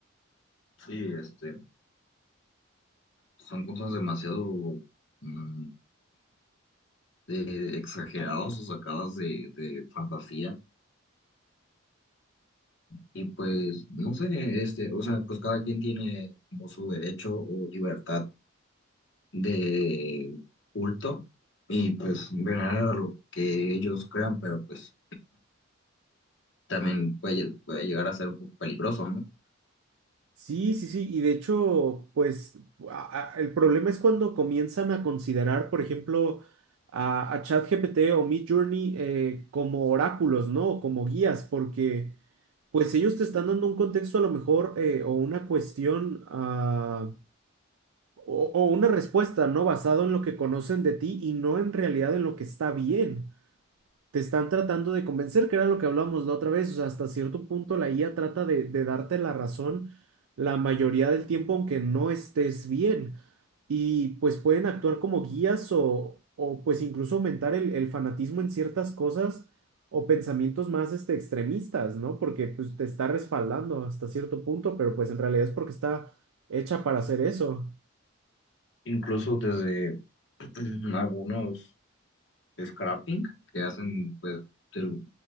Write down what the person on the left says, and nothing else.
Sí, este, son cosas demasiado mm, de- exageradas o sacadas de, de fantasía. Y pues, no sé, este, o sea, pues cada quien tiene como su derecho o libertad de culto y pues venerar a lo que ellos crean, pero pues también puede, puede llegar a ser un poco peligroso, ¿no?
Incluso desde <clears throat> algunos scrapping que hacen pues de